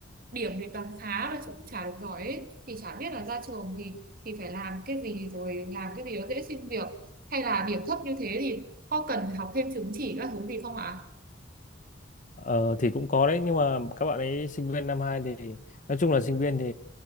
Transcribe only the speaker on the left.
Ờ, thì cũng có đấy nhưng mà các bạn ấy sinh viên năm 2 thì nói chung là sinh viên thì